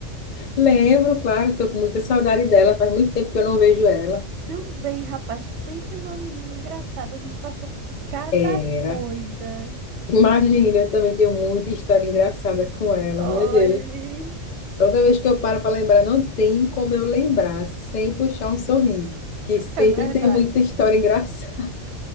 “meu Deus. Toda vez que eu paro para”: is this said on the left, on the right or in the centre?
Left